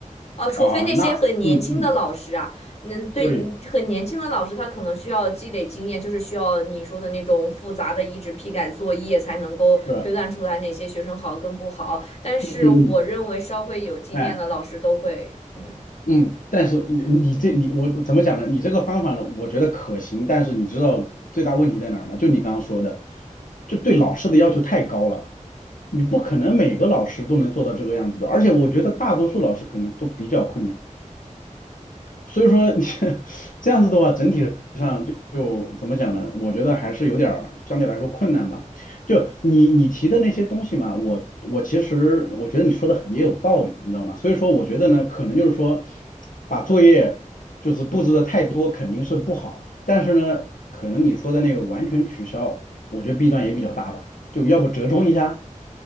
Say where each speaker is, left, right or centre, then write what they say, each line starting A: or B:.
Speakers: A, on the left; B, on the left.
A: 哦，除非那些很年轻的老师啊，
B: 啊，那嗯嗯，
A: 嗯，对，
B: 对。
A: 嗯很年轻的老师，他可能需要积累经验，就是需要你说的那种复杂的一直批改作业，才能够推断出来哪些学生好跟不好。
B: 是，
A: 但是我认为稍微有经验的老师都会，
B: 嗯嗯嗯，哎，
A: 嗯。
B: 嗯，但是你你这你我怎么讲呢？你这个方法呢，我觉得可行，但是你知道最大问题在哪儿吗？就你刚刚说的，就对老师的要求太高了，你不可能每个老师都能做到这个样子的，而且我觉得大多数老师可能都比较困难，所以说 <laughs> 这样子的话，整体就怎么讲呢？我觉得还是有点儿相对来说困难吧。就你你提的那些东西嘛，我我其实我觉得你说的也有道理，你知道吗？所以说我觉得呢，可能就是说把作业就是布置的太多肯定是不好，但是呢，可能你说的那个完全取消，我觉得弊端也比较大吧。就要不折中一下？